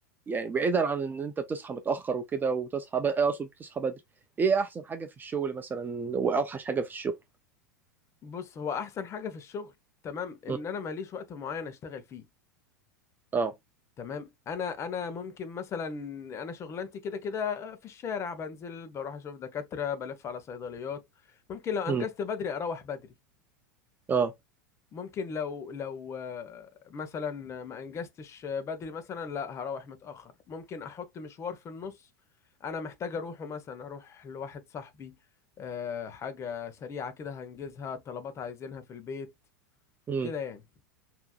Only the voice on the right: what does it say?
يعني بعيدا عن ان انت بتصحى متاخر وكده وتصحى ب... اقصد بتصحى بدري ايه احسن حاجه في الشغل مثلا واوحش حاجه في الشغل
امم
اه
امم
اه
امم